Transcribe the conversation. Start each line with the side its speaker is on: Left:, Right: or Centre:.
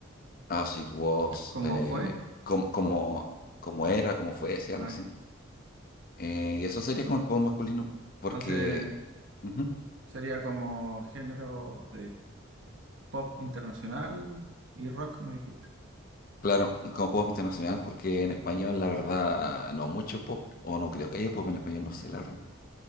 Left: As It Was,
Right: ¿Cómo
Left: eh,
Right: fue?
Left: com- como, como era, como fuese,
Right: Ah,
Left: algo así.
Right: ya.
Left: Eh, y eso sería como el pop masculino, porque,
Right: Entonces
Left: ujú,
Right: sería como género pop internacional y rock, me dijiste.
Left: claro, como pop internacional, porque en español, la verdad, no mucho pop, o no creo que haya pop en español, no sé, la verdad.